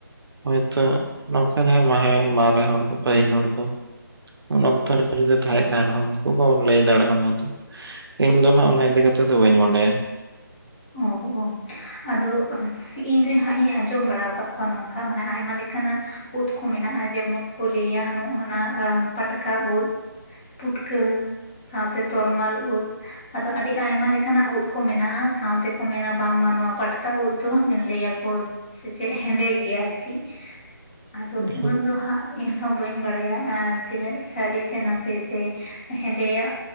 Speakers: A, on the right; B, on the left.
A: ᱦᱳᱭᱛᱚ ᱱᱚᱝᱠᱟ ᱡᱟᱦᱟᱸᱭ ᱢᱟᱦᱮ, ᱢᱟᱨᱮ ᱦᱚᱲ ᱠᱚ, ᱯᱟᱹᱦᱤᱞ ᱦᱚᱲ ᱠᱚ ᱩᱱ ᱚᱠᱛᱚ ᱨᱮ ᱡᱩᱫᱤ ᱛᱟᱦᱮᱸᱜ ᱠᱟᱱ ᱨᱮᱦᱚᱸ ᱩᱱᱠᱩ ᱠᱚ ᱞᱟᱹᱭ ᱫᱟᱲᱮᱭᱟᱜᱼᱟ ᱚᱱᱟ ᱫᱚ। ᱤᱧ ᱫᱚ ᱱᱟᱦᱟᱜ ᱚᱱᱟ ᱤᱫᱤ ᱠᱟᱛᱮ ᱫᱚ ᱵᱟᱹᱧ ᱵᱟᱰᱟᱭᱟ।
B: ᱚ ᱚ, ᱟᱫᱚ ᱤᱧ ᱫᱚ ᱦᱟᱸᱜ ᱤᱧ ᱟᱸᱡᱚᱢ ᱵᱟᱲᱟᱣ ᱠᱟᱜ ᱠᱚᱣᱟ ᱱᱚᱝᱠᱟ, ᱢᱟᱱᱮ ᱟᱭᱢᱟ ᱞᱮᱠᱟᱱᱟᱜ ᱩᱫᱽ ᱠᱚ ᱢᱮᱱᱟᱜᱼᱟ᱾ ᱡᱮᱢᱚᱱ ᱠᱚ ᱞᱟᱹᱭᱟ ᱱᱚᱜᱱᱟ ᱯᱟᱴᱠᱟ ᱩᱫᱽ, ᱯᱩᱴᱠᱟᱹ, ᱥᱟᱶᱛᱮ ᱛᱚᱨᱢᱟᱞ ᱩᱫᱽ। ᱟᱫᱚ ᱟᱹᱰᱤ ᱟᱭᱢᱟ ᱞᱮᱠᱟᱱᱟᱜ ᱩᱫᱽ ᱠᱚ ᱢᱮᱱᱟᱜ-ᱟ। ᱥᱟᱶᱛᱮ ᱠᱚ ᱢᱮᱱᱟ ᱵᱟᱝᱢᱟ ᱱᱚᱣᱟ ᱯᱟᱴᱠᱟ ᱩᱫᱽ ᱫᱚ, ᱞᱟᱹᱭᱟᱠᱚ ᱥᱮ ᱪᱮᱫ ᱦᱮᱸᱫᱮ ᱜᱮᱭᱟ ᱟᱨᱠᱤ। ᱟᱫᱚ
A: ᱦᱩᱸ
B: ᱩᱱᱟᱹᱜ ᱫᱚ ᱦᱟᱸᱜ ᱤᱧ ᱦᱚᱸ ᱵᱟᱹᱧ ᱵᱟᱲᱟᱭᱟ ᱟᱨ ᱛᱤᱱᱟᱹᱜ ᱥᱟᱹᱨᱤ ᱥᱮ ᱱᱟᱥᱮ ᱥᱮ ᱦᱮᱸᱫᱮᱭᱟᱜ